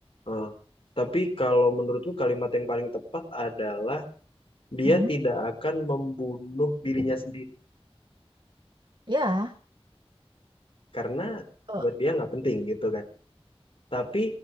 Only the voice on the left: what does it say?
ah. Tapi kalau menurutku kalimat yang paling tepat adalah dia
tidak akan membunuh dirinya sendiri.
karena
buat dia nggak penting gitu kan. Tapi